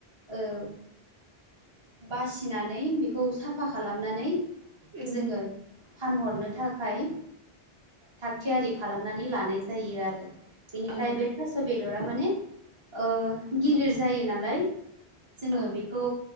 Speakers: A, on the right; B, on the right.
A: ओ- बासिनानै बेखौ साफा खालामनानै
B: उम
A: जोङो फानहरनो थाखाय थाखाय थाग थियारि खालामनानै लानाय जायो आरो बेनिफ्राय
B: औ
A: बे थास बेदरा माने ओ- गिलिर जायो नालाय जोङो
B: औ
A: बेखौ